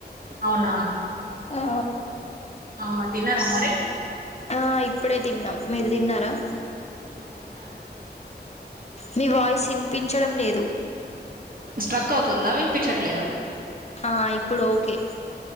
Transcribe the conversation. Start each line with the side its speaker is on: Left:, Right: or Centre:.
Right: అవునా
Left: ఆ
Right: ఆ తన్నార మరి
Left: ఆ ఇప్పుడే తిన్నాం మీరు తిన్నారా
Right: ఆ తిన్నా అండి
Left: మీ వాయిస్ వినిపించడం లేదు
Right: స్ట్రక్ అవుతుందా వినిపించట్లేదా
Left: ఆ ఇప్పుడు ఓకే